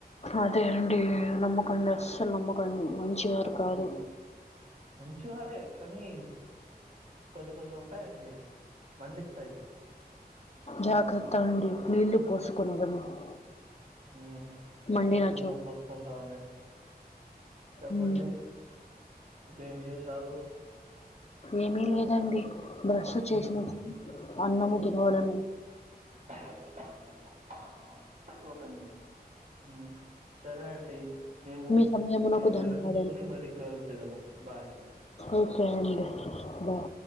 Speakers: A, on the left (about 40°); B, on the right (about 55°).
A: అదే అండి నమ్మకండి
B: హ్మ్.
A: అస్సలు నమ్మకండి మంచివారు కాదు
B: హ్మ్. మంచివారే కానీ కొన్ని కొన్ని ఉంటాయండి మండిస్తాయి
A: జాగ్రత్త అండి నీళ్లు పోసుకు <unintelligible>
B: హ్
A: మండినచో
B: పోసుకుంటాం పోసుకుంటాం అండి చెప్పండి
A: ఉమ్,
B: ఇంకేం విశేషాలు
A: ఏమీ లేదండి బ్రష్
B: మీ
A: చేసిన అన్నము తినవలను
B: <unintelligible> సరే అండి మేము
A: మీ సమయమునకు
B: మేము
A: ధన్యవాదాలు
B: విరమించుకుని మరీ కాల్ చేద్దాము బాయ్ అండి
A: ఓకే అండి బాయ్